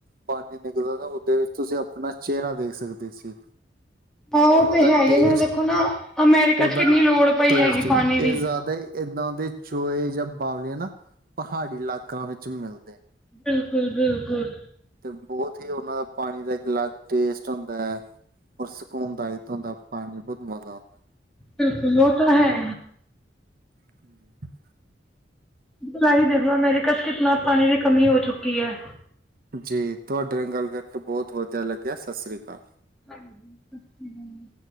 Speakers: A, on the right; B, in the centre.
A: ਪਾਣੀ ਨਿਕਲਦਾ ਤਾਂ ਉਹਦੇ ਵਿੱਚ ਤੁਸੀਂ ਆਪਣਾ ਚਿਹਰਾ ਦੇਖ ਸਕਦੇ ਸੀ।
B: ਆਹ
A: ਔਰ
B: ਉਹ
A: ਉਹਦਾ
B: ਤੇ ਹੈਗੇ
A: ਟੇਸਟ
B: ਹੁਣ ਦੇਖੋ ਨਾ ਅਮੈਰੀਕਾ
A: ਉਹਦਾ
B: ਚ ਕਿੰਨੀ ਲੋੜ ਪਈ
A: ਟੇਸਟੀ
B: ਹੈਗੀ ਪਾਣੀ ਦੀ।
A: ਇਹ ਜ਼ਿਆਦਾ ਏਦਾਂ ਦੇ ਚੋਏ ਜਾਂ ਬਵਲੇ ਨਾ ਪਹਾੜੀ ਇਲਾਕਾਂ ਵਿੱਚ ਮਿਲਦੇ ਨੇ।
B: ਬਿਲਕੁਲ-ਬਿਲਕੁਲ।
A: ਤੇ ਬਹੁਤ ਹੀ ਉਹਨਾਂ ਦਾ ਪਾਣੀ ਦਾ ਇੱਕ ਅਲੱਗ ਟੇਸਟ ਹੁੰਦਾ ਹੈ। ਔਰ ਸਕੂਨਦਾਇਤ ਹੁੰਦਾ ਪਾਣੀ ਚ ਬਹੁਤ ਮਜ਼ਾ ਆਦਾ।
B: ਬਿਲਕੁਲ ਉਹ ਤਾਂ ਹੈ।
A: <unintelligible>
B: ਬੁਲਾ ਹੀ ਦੇਖ ਲਓ, ਅਮੇਰੀਕਾ ਚ ਕਿਤਨਾ ਪਾਣੀ ਦੀ ਕਮੀ ਹੋ ਚੁੱਕੀ ਹੈ।
A: ਜੀ ਤੁਹਾਡੇ ਨਾਲ ਗੱਲ ਕਰਕੇ ਬਹੁਤ ਵਧੀਆ ਲੱਗਿਆ, ਸਤਿ ਸ਼੍ਰੀ ਅਕਾਲ।
B: ਹਾਂਜੀ, ਹਮ।